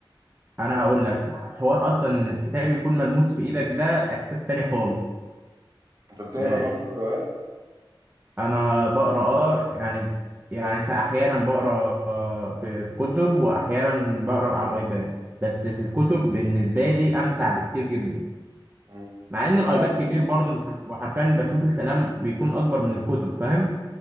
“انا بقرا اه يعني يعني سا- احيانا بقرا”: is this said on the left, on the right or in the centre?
Right